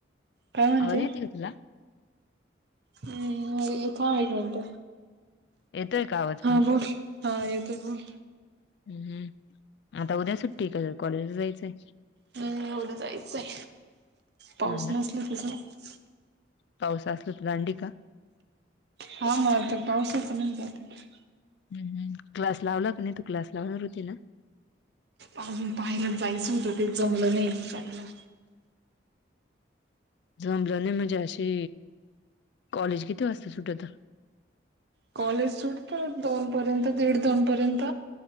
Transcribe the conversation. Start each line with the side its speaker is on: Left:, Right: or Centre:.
Right: काय म्हनते?
Left: आवाज येते का तुला
Right: हम् एक हा एक मिनट
Left: येतोय का आवाज
Right: हा
Left: पण
Right: बोल. हा येतय बोल.
Left: हम्म आता उद्या सुट्टी का कॉलेजला जायचंय?
Right: हम् उद्या जायचंय पाऊस
Left: हा ना
Right: नसला तर जायचं.
Left: पाऊस असला तर दांडी का?
Right: हा व ना ते पावसच नाही जाता येत.
Left: ह क्लास लावला का नाही? तू क्लास लावणार होती ना.
Right: आजून पाहायला जायचं होतं, ते जमलं नाही जायला.
Left: जमलं नाही म्हणजे अशी कॉलेज किती वाजता सुटत?
Right: कॉलेज सूटत दोन पर्यंत दीड दोन पर्यंत